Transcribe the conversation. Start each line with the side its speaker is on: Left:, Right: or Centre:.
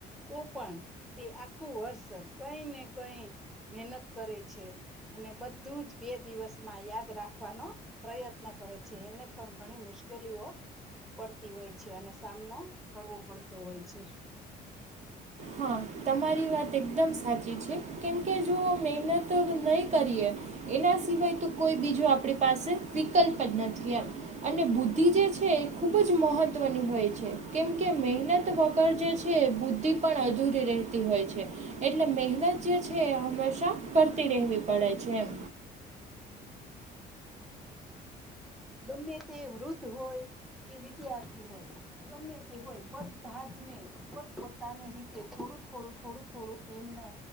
Centre: તો પણ તે આખું વર્ષ કઈ ને કઈ મહેનત કરે છે. અને બધું જ બે દિવસમાં યાદ રાખવાનો પ્રયત્ન કરે છે એને પણ ઘણી મુશ્કેલીઓ પડતી હોય છે અને સામનો કરવો પડતો હોય છે.
Right: હા તમારી વાત એકદમ સાચી છે. કેમકે જો મહેનત નહી- કરીએ એના સિવાય તો કોઈ બીજું આપણી પાસે વિકલ્પ જ નથી એમ. અને બુદ્ધિ જે છે એ ખૂબ જ મહત્વની હોય છે કેમ કે મહેનત વગર જે છે બુદ્ધિ પણ અધૂરી રહેતી હોય છે. એટલે મહેનત જે છે એ હંમેશા કરતી રહેવી પડે છે એમ.
Centre: ગમે તે વૃદ્ધ હોય કે વિદ્યાર્થી હોય. ગમે તે હોય બધા જને પોતપોતાની રીતે થોડું થોડું થોડું થોડું એમને